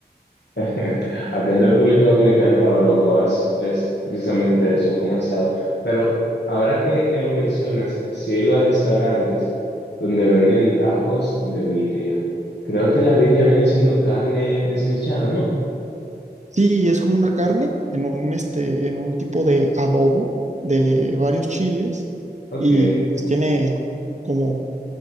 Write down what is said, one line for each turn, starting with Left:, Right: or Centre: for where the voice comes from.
Left: <laughs> Acá en República Dominicana la barbacoa es, es precisamente eso, un asado. Pero ahora que, que lo mencionas, sí he ido a restaurantes donde venden tacos de birria. Creo que la birria viene siendo carne desmechada, ¿no?
Right: Sí, es como una carne en un, este, en un tipo de adobo de varios chiles
Left: Ok,
Right: y pues tiene como